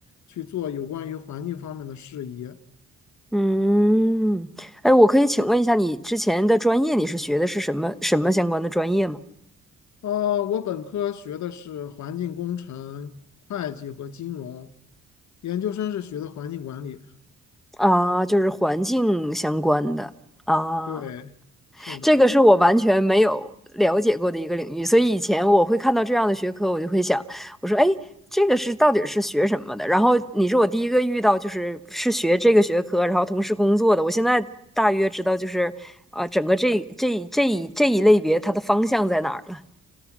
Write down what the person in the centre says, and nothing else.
嗯。哎，我可以请问一下，你之前的专业你是学的是什么什么相关的专业吗？
啊，就是环境相关的啊。
这个是我完全没有了解过的一个领域，所以以前我会看到这样的学科，我就会想，我说，哎，这个是到底是学什么的？然后你是我第一个遇到，就是是学这个学科，然后同时工作的。我现在大约知道，就是啊、整个这这这一这一类别它的方向在哪儿了。